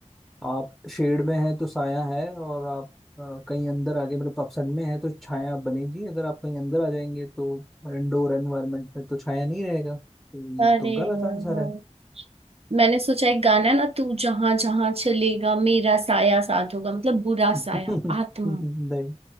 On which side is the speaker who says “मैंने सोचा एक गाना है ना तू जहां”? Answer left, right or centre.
Right